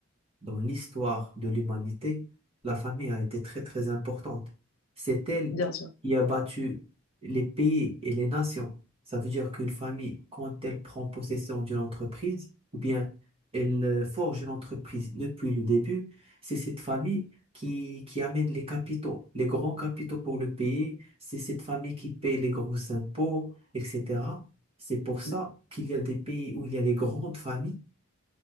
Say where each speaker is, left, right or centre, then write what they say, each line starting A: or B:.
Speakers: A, on the right (about 30°); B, on the left (about 85°).
A: dans l'histoire de l'humanité, la famille a été très très importante. C'est elle
B: Bien sûr.
A: qui a battu les pays et les nations. Ça veut dire qu'une famille, quand elle prend possession d'une entreprise, ou bien elle euh, forge une entreprise depuis le début, c'est cette famille qui, qui amène les capitaux, les grands capitaux pour le pays, c'est cette famille qui paye les gros impôts, etc. C'est pour ça
B: Mm,
A: qu'il y a des pays où il y a les grandes familles